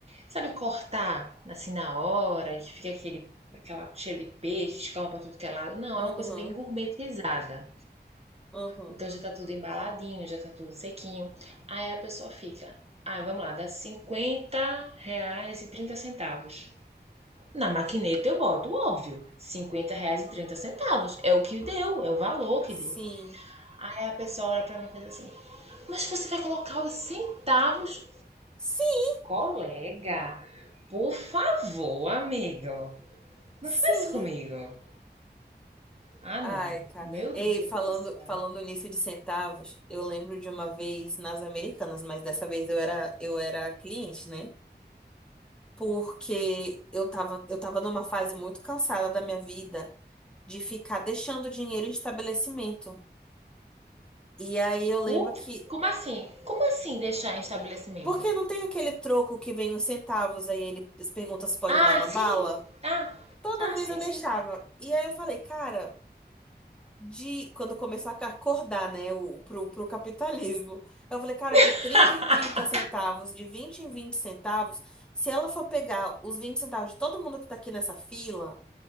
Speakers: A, on the right; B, in the centre.
A: sabe, cortar assim na hora, e que fica aquele aquela cheiro de peixe, escama pra tudo que é lado. Não,
B: uhum,
A: é uma coisa bem gourmetizada.
B: uhum.
A: Então já tá tudo embaladinho, já tá tudo sequinho. Aí a pessoa fica, ah, vamos lá, dá 50 reais e 30 centavos. Na maquineta eu boto, óbvio, 50 reais e 30 centavos. É o que deu, é o valor que
B: Sim.
A: deu. Aí a pessoa olha pra mim e faz assim, mas você vai colocar os centavos?
B: Sim.
A: Colega, por favor, amigo, não
B: Sim.
A: faz isso comigo. Ah,
B: Ai,
A: não.
B: cara.
A: Meu
B: Ei,
A: Deus
B: falando,
A: do céu.
B: falando nisso de centavos, eu lembro de uma vez nas Americanas, mas dessa vez eu era, eu era cliente, né? Porque eu tava, eu tava numa fase muito cansada da minha vida de ficar deixando dinheiro em estabelecimento. E aí eu lembro
A: O-
B: que.
A: como assim? Como assim deixar em estabelecimento?
B: Porque não tem aquele troco que vem os centavos, aí ele pergunta se pode
A: Ah,
B: dar uma bala?
A: sim. Ah,
B: Toda
A: ah,
B: vez
A: sim,
B: eu deixava.
A: sim.
B: E aí eu falei, cara. de quando começou a acordar, né, o, pro, pro capitalismo. Eu falei, cara, de
A: <laughs>
B: 30 em 30 centavos, de 20 em 20 centavos, se ela for pegar os 20 centavos de todo mundo que tá aqui nessa fila,